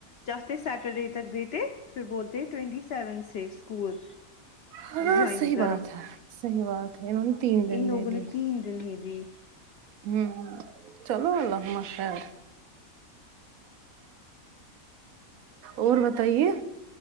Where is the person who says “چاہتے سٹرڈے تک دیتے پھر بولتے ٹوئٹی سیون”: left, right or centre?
Left